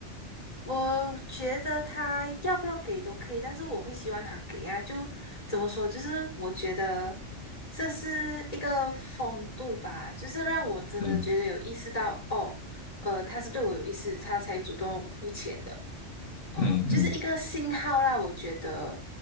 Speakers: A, on the left; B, on the left.
A: 我觉得他要不要给都可以，但是我会希望他给啊。就怎么说，就是我觉得这是一个风度吧，就是让我真的觉得有意识到，
B: 嗯
A: 哦，呃，他是对我有意思，他才主动付钱的。嗯，
B: 嗯嗯
A: 就是一个信号啦，我觉得，